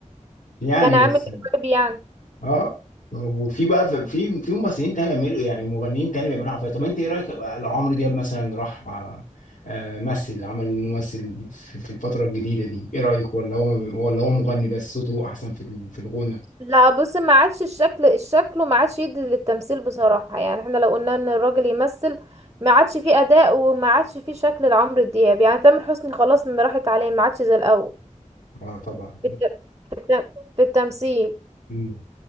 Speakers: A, on the left (about 80°); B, on the right (about 25°).
A: يعني
B: كان عامل
A: بس
B: ايه قريب يعني
A: اه وفي بقى في في في ممثلين تاني بيعملوا يعني مغنيين تاني بيعملوا حفلات طب انت ايه رايك بقى لو عمرو دياب مثلا راح آه، آه، مثل عمل ممثل في في الفتره الجديده دي ايه رايك ولا هو ولا هو مغني بس صوته احسن في ال- في الغنى
B: لا بص ما عادش الشكل الشكل وما عادش يدي للتمثيل بصراحة يعني احنا لو قلنا ان الراجل يمثل ما عادش فيه اداء وما عادش فيه شكل لعمرو دياب يعني تامر حسني خلاص ما راحت عليه ما عادش زي الاول
A: اه طبعا
B: في, الت... في, الت... في التمثيل
A: اه